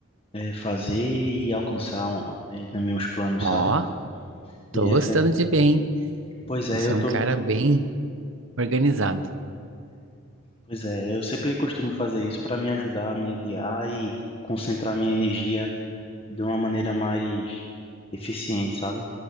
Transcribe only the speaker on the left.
eh, fazer e alcançar um- e também os planos,
sabe?
E
refer-
Pois é,
eu
tô,
pois é, eu sempre costumo fazer isso para me ajudar a me guiar e concentrar minha energia de uma maneira mais eficiente, sabe?